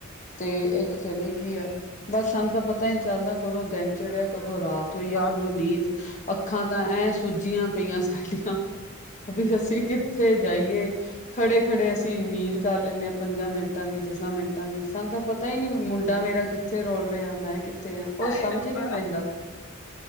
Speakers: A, on the left; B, on the left.
A: ਤੇ ਇੱਕ ਚਲੀ ਗਈ ਆ। ਬਸ ਸਾਨੂੰ ਤਾਂ ਪਤਾ ਹੀ ਚੱਲਦਾ ਕਦੋਂ ਦਿਨ ਚੜ੍ਹਿਆ ਕਦੋਂ ਰਾਤ ਸੋਈ ਆ
B: ਰਾਤ
A: ਕਦੋਂ ਨੀਂਦ, ਅੱਖਾਂ ਤਾਂ ਐਂ ਸੂਜੀਆਂ ਪਈਆਂ। ਸਾਡੀਆਂ ਅਭੀ, ਅਸੀਂ ਕਿੱਥੇ ਜਾਈਏ। ਖੜੇ ਖੜੇ ਅਸੀਂ ਨੀਂਦ ਕਰ ਲੈਂਦੇ ਆ ਪੰਜਾਂ ਮਿੰਟਾਂ ਵਿੱਚ ਦਸਾਂ ਮਿੰਟਾਂ ਵਿੱਚ ਸਾਨੂੰ ਤੇ ਪਤਾ ਪਤਾ ਹੀ ਨੀ ਮੁੰਡਾ ਮੇਰਾ ਕਿੱਥੇ ਰੋਲ ਰਿਹਾ ਮੈਂ ਕਿੱਥੇ ਆਕੁਛ
B: ਹਾਏ
A: ਸਮਝ
B: ਰੱਬਾ
A: ਹੀ ਨੀ ਪੈਂਦਾ।